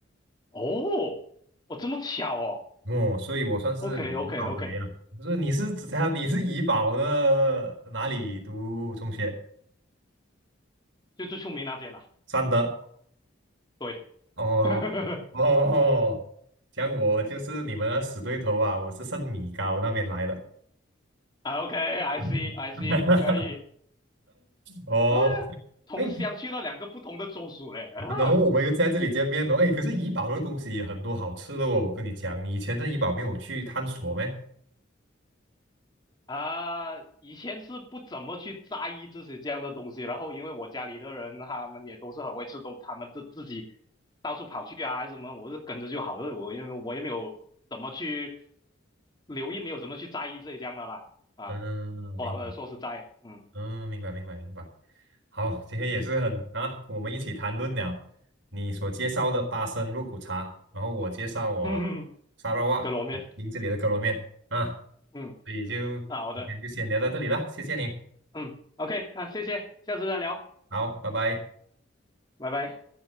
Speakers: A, on the left (about 20°); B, on the right (about 70°).
A: 哦，哦，这么巧哦。
B: 哦，所以我算是怡保宅呀。
A: OK OK OK，
B: 不是，你是指他你是怡保的哪里读中学？
A: 就最出名那间啦、
B: 三德。
A: 对，
B: 哦哦，
A: <laughs>
B: 像我就是你们的死对头啊，我是圣米高那边来的。
A: 啊 OK，I
B: <laughs>
A: see I see，可以。
B: 哦，
A: 啊，同乡去了两个不同的州属嘞。
B: 哎，
A: 啊
B: 然后我们又在这里见面了，哎，可是怡保的东西也很多好吃的哦，我跟你讲，你以前在怡保没有去探索咩？
A: 啊，以前是不怎么去在意这些这样的东西，然后因为我家里的人他们也都是很会吃，都他们都自己到处跑去啊还是什么，我是跟着就好了，我也没有我也没有怎么去留意，没有怎么去在意这些这样的啦。啊，
B: 嗯，
A: 说老实说实在，
B: 明白，
A: 嗯，
B: 嗯，明白，明白，明白。好，今天也是很啊，我们一起谈论了你所介绍的巴生肉骨茶，然后我介绍我
A: <laughs> 嗯，嗯，
B: 沙拉哇英这里的可乐面啊，
A: 哥罗面，嗯，
B: 所以就今天就先聊到这里啦，
A: 啊好的。
B: 谢谢你，
A: 嗯，OK，那谢谢，下次再聊，
B: 好，拜拜。
A: 拜拜。